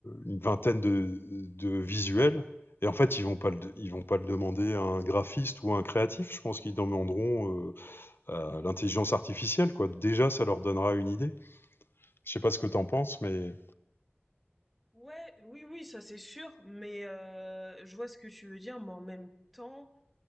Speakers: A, on the left (about 60°); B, in the centre.
A: une vingtaine de, de visuels? Et en fait, ils vont pas le, ils vont pas le demander à un graphiste ou à un créatif. Je pense qu'ils demanderont euh, à l'intelligence artificielle, quoi. Déjà, ça leur donnera une idée. Je sais pas ce que t'en penses, mais
B: Ouais, oui, oui, ça c'est sûr, mais heu, je vois ce que tu veux dire, mais en même temps,